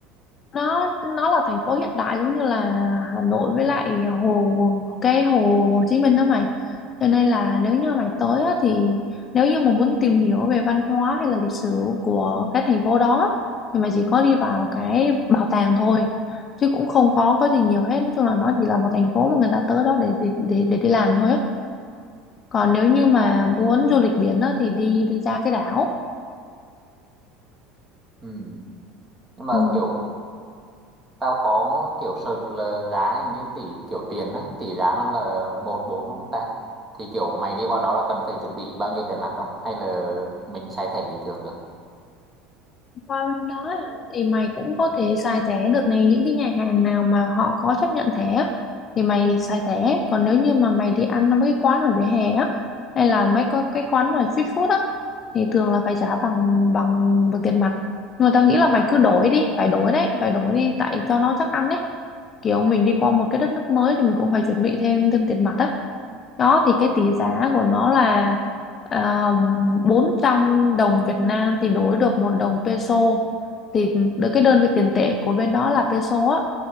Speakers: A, on the left (about 35°); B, on the right (about 25°).
A: nó nó là thành phố hiện đại giống như là Hà Nội với lại hồ cái hồ Hồ Chí Minh đó mày cho nên là nếu như mày tới á, thì nếu như mà muốn tìm hiểu về văn hóa hay là lịch sử của cái thành phố đó thì mày chỉ có đi vào cái bảo tàng thôi chứ cũng không có có gì nhiều hết nói chung là nó chỉ là một thành phố mà người ta tới đó để để để, để đi làm thôi á còn nếu như mà
B: à
A: muốn du lịch biển á, thì đi đi ra cái đảo
B: ừ. nhưng mà
A: ừ.
B: kiểu tao có kiểu search là giá hình như tỷ kiểu tiền á tỷ giá nó là một bốn đúng không ta thì kiểu mày đi qua đó là cần phải chuẩn bị bao nhiêu tiền mặt không hay là mình xài thẻ bình thường được
A: Qua bên đó hả? Thì mày cũng có thể xài thẻ được này những cái nhà hàng nào mà họ có chấp nhận thẻ á, thì mày xài thẻ. Còn nếu như mà mày đi ăn ở mấy cái quán ở vỉa hè á hay là mấy có cái quán mà street food á thì thường là phải trả bằng bằng bằng tiền mặt. Nhưng mà tao nghĩ là mày cứ đổi đi, phải đổi đấy, phải đổi đi tại cho nó chắc ăn đấy. Kiểu mình đi qua một cái đất nước mới thì mình cũng phải chuẩn bị thêm thêm tiền mặt á. Đó thì cái tỷ giá của nó là um, 400 đồng Việt Nam thì đổi được một đồng peso. Thì đ- cái đơn vị tiền tệ của bên đó là peso á.